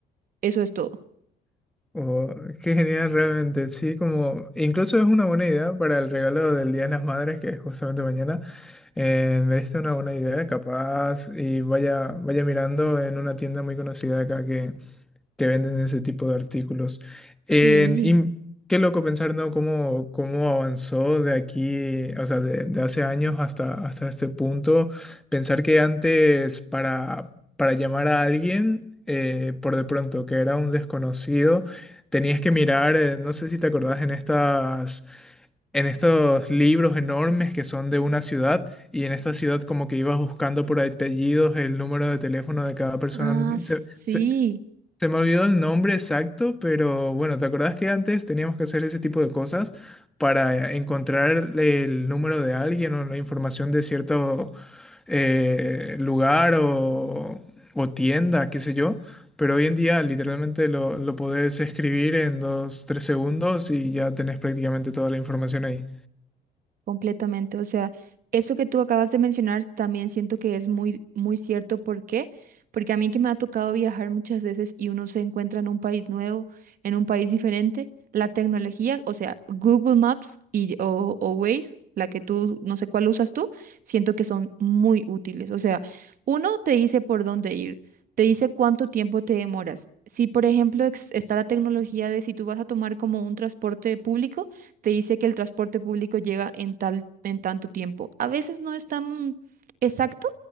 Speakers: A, on the right; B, in the centre.
A: Eso es todo.
B: Oh, qué genial realmente, sí, como incluso es una buena idea para el regalo del Día de las Madres, que es justamente mañana. Eh, me diste una buena idea, capaz, y vaya, vaya mirando en una tienda muy conocida acá que, que venden ese tipo de artículos. En-
A: Sí.
B: y qué loco pensar, ¿no? Cómo, cómo avanzó de aquí, o sea, de, de hace años hasta, hasta este punto. Pensar que antes para, para llamar a alguien, eh, por de pronto, que era un desconocido, tenías que mirar, eh, no sé si te acordás, en estas, en estos libros enormes que son de una ciudad. Y en esta ciudad como que ibas buscando por apellidos el número de teléfono de cada persona.
A: Ah, sí.
B: Se- se- se me olvidó el nombre exacto, pero bueno, ¿te acordás que antes teníamos que hacer ese tipo de cosas para encontrar el número de alguien o la información de cierto eh, lugar o, o tienda, qué sé yo? Pero hoy en día literalmente lo, lo podés escribir en dos, tres segundos y ya tenés prácticamente toda la información ahí.
A: Completamente. O sea, eso que tú acabas de mencionar también siento que es muy, muy cierto. ¿Por qué? Porque a mí que me ha tocado viajar muchas veces y uno se encuentra en un país nuevo, en un país diferente, la tecnología, o sea, Google Maps y, o, o Waze, la que tú, no sé cuál usas tú, siento que son muy útiles. O sea, uno te dice por dónde ir, te dice cuánto tiempo te demoras. Si, por ejemplo, ex- está la tecnología de si tú vas a tomar como un transporte público, te dice que el transporte público llega en tal, en tanto tiempo. A veces no es tan exacto,